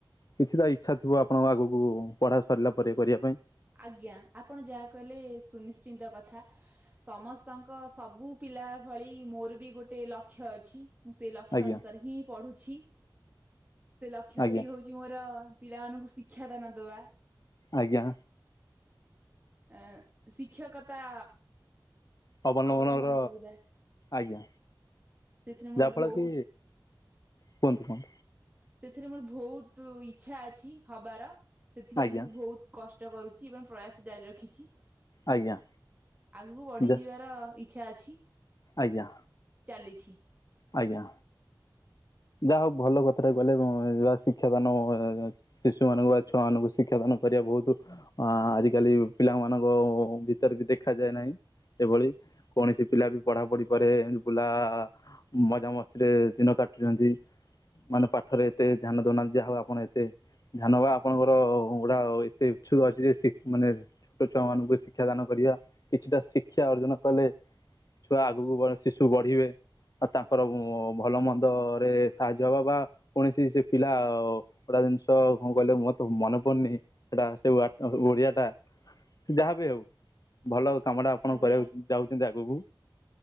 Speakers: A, on the left (about 50°); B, on the right (about 20°).
A: କିଛି ତ ଇଚ୍ଛା ଥିବ ଆପଣଙ୍କ ଆଗକୁ ପଢ଼ା ସରିଲା ପରେ କରିବା ପାଇଁ?
B: ଆଜ୍ଞା ଆପଣ ଯାହା କହିଲେ ସୁନିଶ୍ଚିନ୍ତ କଥା। ସମସ୍ତଙ୍କ ସବୁ ପିଲା ଭଳି ମୋର ବି ଗୋଟେ ଲକ୍ଷ୍ୟ ଅଛି ମୁଁ ସେଇ ଲକ୍ଷ୍ୟ
A: ଆଜ୍ଞା
B: ଅନୁସାରେ ହିଁ ପଢ଼ୁଛି ସେ ଲକ୍ଷ୍ୟଟି
A: ଆଜ୍ଞା
B: ହଉଛି ଚି ମୋର ପିଲାମାନଙ୍କୁ ଶିକ୍ଷା ଦାନ ଦେବା।
A: ଆଜ୍ଞା।
B: ଅ ଶିକ୍ଷକତା
A: ଅବଲମ୍ବନର
B: ଅବଲମ୍ବନ କରିବା ସେଥିରେ
A: ଆଜ୍ଞା
B: ମୋର
A: ଯାହାଫଳରେ
B: ଭଉ
A: କି କୁହନ୍ତୁ କୁହନ୍ତୁ।
B: ସେଥିରେ ମୋର ଭଉତ ଇଚ୍ଛା ଅଛି ହବାର ସେଥିପାଇଁ
A: ଆଜ୍ଞା
B: ମୁଁ ଭଉତ କଷ୍ଟ କରୁଛି ଏବଂ ପ୍ରୟାସ ଜାରି ରଖିଛି
A: ଆଜ୍ଞା
B: ଆଗକୁ ବଢ଼ି
A: ଯା
B: ଯିବାର ଇଚ୍ଛା ଅଛି।
A: ଆଜ୍ଞା।
B: ଚାଲିଛି।
A: ଆଜ୍ଞା ଯାହା ହଉ ଭଲ କଥାଟା କହିଲେ ଏବଂ ଶିକ୍ଷାଦାନ ଶିଶୁ ମାନଙ୍କୁ ବା ଛୁଆ ମାନଙ୍କୁ ଶିକ୍ଷାଦାନ କରିବା ବହୁତ ଆ ଆଜିକାଲି ପିଲାମାନଙ୍କ ଭିତରେ ବି ଦେଖାଯାଏ ନାହିଁ। ସେଭଳି କୌଣସି ପିଲା ବି ପଢ଼ା ପଢି଼ ପରେ ବୁଲା ମଜା ମସ୍ତିରେ ଦିନ କାଟୁଛନ୍ତି। ମାନେ ପାଠରେ ଏତେ ଧ୍ୟାନ ଦଉନାହାନ୍ତି ଯାହା ହଉ ଆପଣ ଏତେ ଧ୍ୟାନ ବା ଆପଣଙ୍କର ଗୁଡ଼ା ଏତେ ଉତ୍ସୁକ ଅଛି ଯେ ସେ ମାନେ ଛୋଟ ଛୁଆମାନଙ୍କୁ ଶିକ୍ଷା ଦାନ କରିବା କିଛିଟା ଶିକ୍ଷା ଅର୍ଜନ କଲେ ଛୁଆ ଆଗକୁ ବ ଶିଶୁ ବଢ଼ିବେ। ତାଙ୍କର ଭଲ ମନ୍ଦରେ ସାହାଯ୍ୟ ହବା ବା ପୁଣି ସେଇ ସେ ପିଲା ଗୋଟା ଜିନିଷ କଣ କହିଲେ ମୋର ତ ମନେ ପଡ଼ୁନି ସେଟା ସେ ୱର୍ଡ ଟା ଓଡି଼ଆ ଟା ସେ ଯାହା ବି ହଉ ଭଲ କାମଟା ଆପଣ
B: ଆଜ୍ଞା
A: କରିବାକୁ ଯାଉଛନ୍ତି ଆଗକୁ।